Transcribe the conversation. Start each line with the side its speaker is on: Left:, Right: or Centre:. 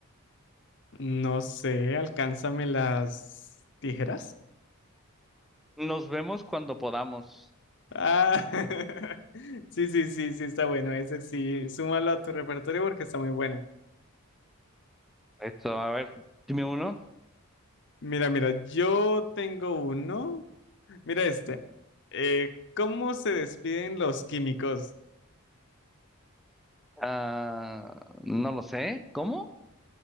Left: No sé, alcánzame las tijeras.
Centre: Nos vemos cuando podamos.
Left: Ah, <laughs> sí, sí, sí, sí, está bueno. Ese sí, súmalo a tu repertorio porque está muy bueno.
Centre: Esto, a ver, dime uno.
Left: Mira, mira, yo tengo uno. Mira este. Eh, ¿cómo se despiden los químicos?
Centre: Ah, no lo sé. ¿Cómo?